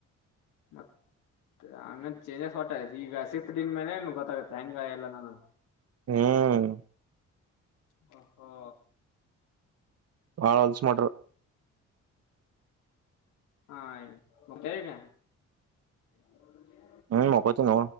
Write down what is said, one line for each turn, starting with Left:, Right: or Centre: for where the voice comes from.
Left: ಮತ್ತ ಆಮೇಲ ಚೇಂಜಸ್ ಹೊಟ್ಟತಿ ಈಗ ಸಿಕ್ಸ್ತ್ಡಿಂಗ ಮೇಲೆ ಗೊತ್ತಾಗತ್ತೆ ಹೆಂಗ ಎಲ್ಲನ ಅನ್ನುದ
Right: ಹ್ಮ್.
Left: ಹ ಹಾ.
Right: ಹಾಳಾಸ ಮಾಡಿರ.
Left: ಹಾಗ ಹೋಗತಾ ಈಗ. <unintelligible>
Right: ಹ್ಮ್ ಮಕ್ಕೊತಿನೋ.